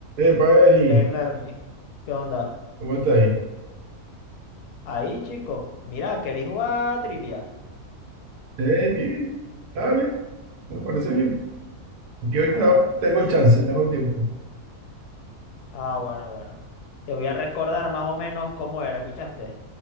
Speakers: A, on the right (about 85°); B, on the left (about 85°).
A: Epa, Eri,
B: Hey Mermi, ¿qué onda?
A: ¿cómo está ahí?
B: Ahí, chico. Mira, ¿queréis jugar a trivia?
A: Eh, bien, dale, me parece bien. Aquí ahorita
B: Ah, bueno,
A: tengo el chance, tengo el tiempo.
B: ah, bueno, bueno. Te voy a recordar más o menos cómo era, ¿escuchaste?